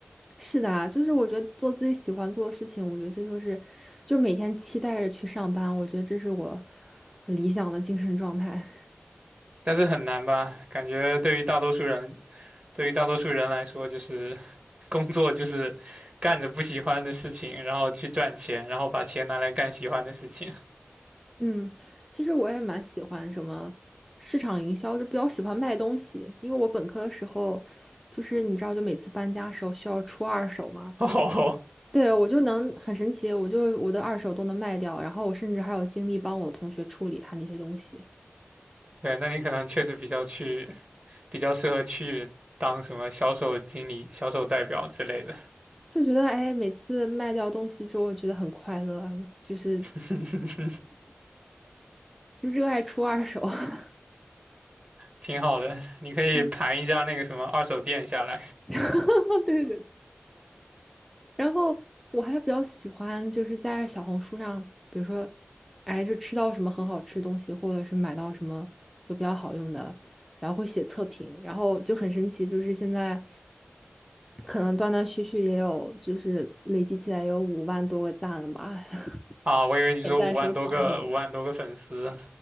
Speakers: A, in the centre; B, on the right.
A: 是的啊，就是我觉得做自己喜欢做的事情，我觉得这就是就每天期待着去上班，我觉得这是我理想的精神状态。
B: 但是很难吧？感觉对于大多数人，对于大多数人来说，就是工作就是干着不喜欢的事情，然后去赚钱，然后把钱拿来干喜欢的事情。
A: 嗯，其实我也蛮喜欢什么市场营销，就比较喜欢卖东西。因为我本科的时候，就是你知道，就每次搬家的时候需要出二手嘛，
B: <laughs> 哦，
A: 对，我就能很神奇，我就我的二手都能卖掉，然后我甚至还有精力帮我的同学处理他那些东西，
B: 对，那你可能确实比较去，比较适合去当什么销售经理、销售代表之类的，
A: 就觉得哎，每次卖掉东西之后，觉得很快乐啊，就是
B: <laughs>
A: 就热爱出二手。<laughs>
B: 挺好的。你可以盘一家那个什么二手店下来
A: 嗯，<laughs> 对对然后我还比较喜欢，就是在小红书上，比如说，哎，就吃到什么很好吃的东西，或者是买到什么就比较好用的，然后会写测评，然后就很神奇，就是现在可能断断续续也有，就是累积起来也有五万多个赞了吧，
B: 啊，我以为你说五万多个、
A: <laughs> 点赞、收藏什么的。
B: 五万多个粉丝。